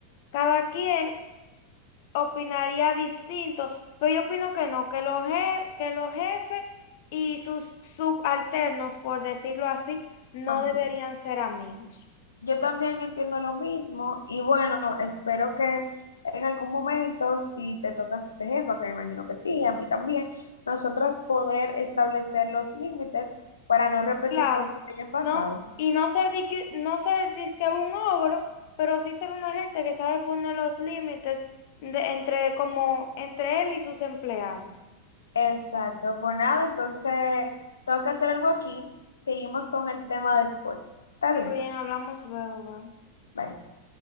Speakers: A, on the left (about 55°); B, on the left (about 75°).
A: Cada quien opinaría distinto, pero yo opino que no, que los, je- que los jefes y sus subalternos, por decirlo así, no
B: Ajá.
A: deberían ser amigos.
B: Yo también entiendo lo mismo y bueno, espero que en algún momento, si te toca ser jefa, que me imagino que sí, y a mí también, nosotras poder establecer los límites para no repetir
A: Claro,
B: cosas que hayan pasado.
A: no, y no ser disque, no ser disque un ogro, pero sí ser una gente que sabe poner los límites de, entre como entre él y sus empleados.
B: Exacto, pues nada, entonces tengo que hacer algo aquí. Seguimos con el tema después. Está
A: Está
B: bien,
A: bien, hablamos luego, bye.
B: bye.